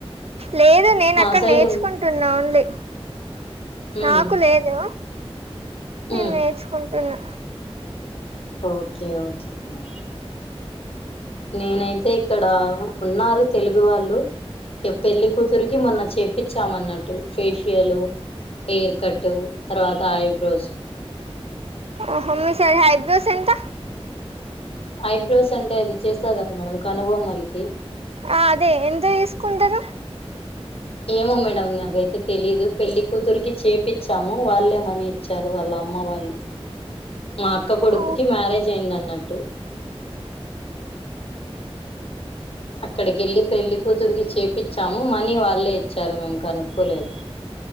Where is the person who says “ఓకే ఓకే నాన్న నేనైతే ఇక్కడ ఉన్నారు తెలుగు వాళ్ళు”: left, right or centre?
Left